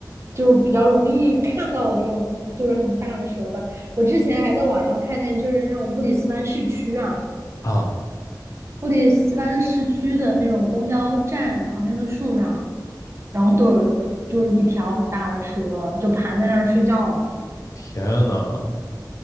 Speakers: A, on the right; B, on the left.
A: 就比较容易看到这种就是很大的蛇吧。我之前还在网上看见，就是那种布里斯班市区啊，
B: 啊！
A: 布里斯班市区的那种公交站旁边的树上。然后都有就是一条很大的蛇，就盘在那儿睡觉呢。
B: 天哪，